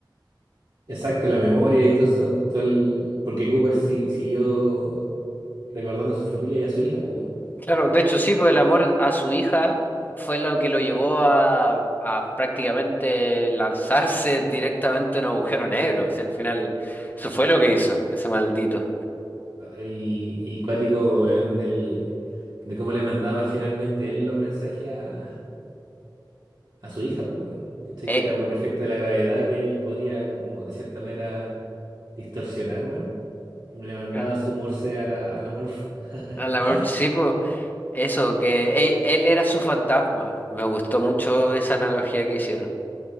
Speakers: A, on the right (about 60°); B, on the left (about 20°).
A: Exacto, la memoria y todo eso, y todo el- porque Cooper si, siguió recordando a su familia y a su hija, pues bueno.
B: Claro, de hecho sí, pues el amor a su hija fue lo que lo llevó a, a prácticamente lanzarse directamente en un agujero negro. O sea, al final, eso fue lo que hizo, ese maldito.
A: Y, y cuático, weón, del, de cómo le mandaba finalmente él los mensajes a, a su hija, pues bueno. ¿Cachai?
B: Eh,
A: Que era por efecto de la gravedad que él podía, como de cierta manera, distorsionar, weón. Le mandaba
B: Claro.
A: su morse a la, a la Morph. <laughs>
B: al amor, sí, pues, eso, que él, él era su fantasma. Me gustó mucho esa analogía que hicieron.